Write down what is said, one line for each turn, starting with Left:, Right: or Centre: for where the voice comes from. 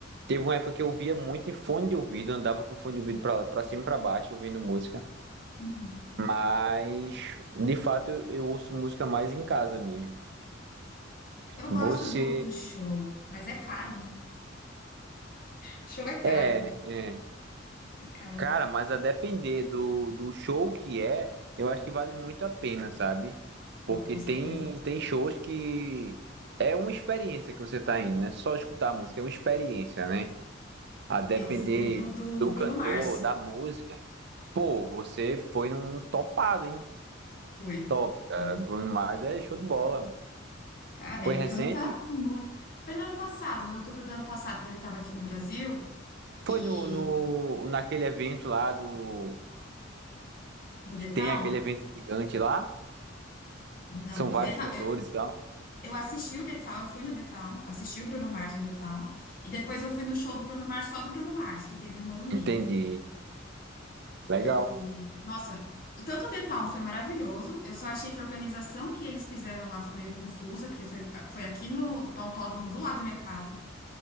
Right: Teve uma época que eu via muito em fone de ouvido, andava com fone de ouvido para para cima e para baixo ouvindo música.
Left: uhum.
Right: Mas de fato eu, eu ouço música mais em casa mesmo.
Left: Eu
Right: Você
Left: gosto do, do show, mas é caro, né? Show é caro,
Right: é, é.
Left: é caro.
Right: Cara, mas a depender do, do show que é, eu acho que vale muito a pena, sabe?
Left: Pô,
Right: Porque
Left: com
Right: tem,
Left: certeza.
Right: tem shows que é uma experiência que você tá indo, não é só escutar a música, é uma experiência, né? A depender
Left: Eu fui no do
Right: do
Left: Bruno
Right: cantor,
Left: Mars.
Right: da música. Pô, você foi num topado, hein?
Left: Fui,
Right: Top, cara.
Left: fui.
Right: Bruno Mars é show de bola.
Left: Cara,
Right: Foi
Left: ele
Right: recente?
Left: canta muito. Foi no ano passado, em outubro do ano passado, quando ele estava aqui no Brasil. E
Right: Foi no, no, naquele evento lá do.
Left: no The
Right: Que
Left: Town?
Right: tem aquele evento gigante lá.
Left: Não.
Right: São vários
Left: O The Town,
Right: cantores
Left: eu,
Right: e tal.
Left: eu assisti o The Town, eu fui no The Town, assisti o Bruno Mars no The Town. E depois eu fui no show do Bruno Mars, só do Bruno Mars, que teve no Morumbi.
Right: Entendi. Legal.
Left: E, nossa, tanto o The Town foi maravilhoso, eu só achei que a organização que eles fizeram lá foi meio confusa, porque foi, foi aqui no, no autódromo do lado da minha casa.